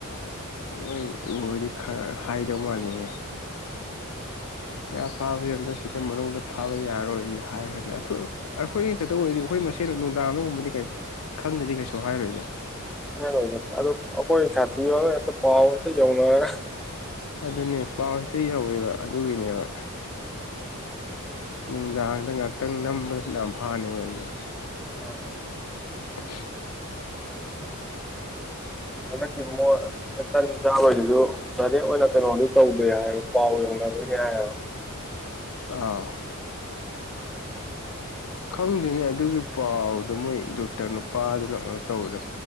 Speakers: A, on the left; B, in the centre.
A: ꯅꯣꯏ ꯎꯔꯗꯤ ꯈꯔ ꯍꯥꯏꯗꯧ ꯃꯥꯅꯤꯌꯦ
B: <unintelligible>
A: ꯉꯥ ꯐꯥꯕꯕꯁꯤ ꯑꯝ ꯁꯤꯗ ꯃꯅꯨꯡꯗ ꯐꯥꯕ ꯌꯥꯔꯣꯏꯗꯤ ꯍꯥꯏꯈ꯭ꯔꯕ ꯑꯩꯈꯣꯏ ꯈꯛꯇ ꯑꯣꯏꯔꯗꯤ ꯑꯩꯈꯣꯏ ꯃꯁꯅ ꯅꯨꯡꯗꯥꯡ ꯑꯃꯒꯨꯝꯕꯗꯤ ꯀꯩ ꯈꯡꯗꯗꯤ ꯀꯩꯁꯨ ꯍꯥꯏꯔꯣꯏꯗ
B: ꯀ ꯑꯣꯏ ꯑꯗ ꯑꯩꯈꯣꯏ ꯁꯥꯇ ꯌꯥ ꯄꯋꯥ ꯑꯣꯏ ꯊ ꯌꯥꯎ ꯅꯔ
A: ꯑꯗꯨꯅꯦ ꯄꯥꯎ ꯍꯦꯛꯇ ꯌꯥꯎꯋꯦꯕ ꯑꯗꯨꯒꯤꯅꯦꯕ ꯅꯨꯡꯗꯥꯡꯗ ꯉꯥꯏꯍꯥꯛꯇꯡ ꯅꯝꯕꯗ ꯌꯥꯝ ꯐꯥꯅꯦꯕ ꯑꯩꯁꯦ
B: ꯍꯣꯏ
A: <inaudible>
B: ꯍꯟꯗꯛꯇꯤ ꯃꯣꯏ ꯃꯩꯇꯟ ꯆꯥꯛ ꯂꯣꯏꯔꯁꯨ ꯆꯥꯔꯦꯛ ꯑꯣꯏꯅ ꯀꯩꯅꯣꯗꯤ ꯇꯧꯗꯦ ꯍꯥꯏꯌꯦꯕ ꯄꯥꯎ ꯌꯧꯅꯕꯅꯦ ꯍꯥꯏꯌꯦꯕ
A: ꯑꯥ ꯈꯡꯗꯦꯅꯦ ꯑꯗꯨꯒꯤ ꯄꯥꯎꯗꯣ ꯃꯣꯏ ꯗꯣꯛꯇꯔ ꯅꯨꯄꯥꯗꯨꯅ ꯀꯩꯅꯣ ꯇꯧꯋꯗ